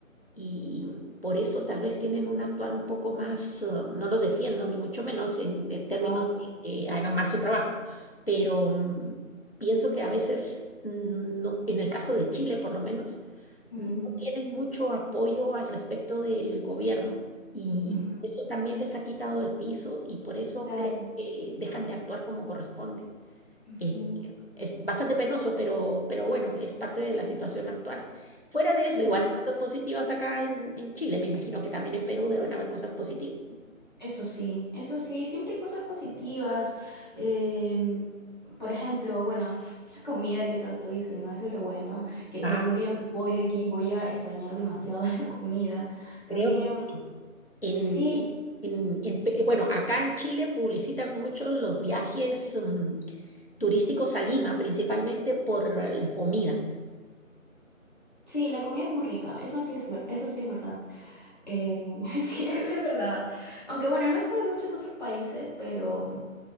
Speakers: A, on the left; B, on the left.
A: y por eso tal vez tienen un actuar un poco más, ah, no los defiendo ni mucho menos en, en términos
B: Oh, claro.
A: de que hagan mal su trabajo, pero mm, pienso que a veces, mm, no, en el caso de Chile por lo menos,
B: Ujú,
A: no tienen mucho apoyo al respecto del gobierno y
B: ujú,
A: eso también les ha quitado el piso y por eso
B: Claro.
A: creo que dejan de actuar como corresponde.
B: ujú.
A: Eh, es bastante penoso, pero, pero bueno, es parte de la situación actual. Fuera de eso,
B: Sí.
A: igual hay cosas positivas acá en, en Chile. Me imagino que también en Perú deben haber cosas positivas.
B: Eso sí, eso sí, siempre hay cosas positivas. em, por ejemplo, bueno, <laughs> la comida que tanto dicen, ¿no? Eso es lo bueno, que
A: Ah,
B: si algún día me voy de aquí voy a extrañar demasiado <laughs> la comida. También,
A: Creo que sí. en,
B: sí,
A: en- en en Pe- eh, bueno, acá en Chile publicitan mucho los viajes mm, turísticos a Lima, principalmente por la comida.
B: sí, la comida es muy rica, eso sí es, ver- eso sí es verdad. em, <laughs> sí, es verdad. Aunque bueno, no he estado en muchos otros países, pero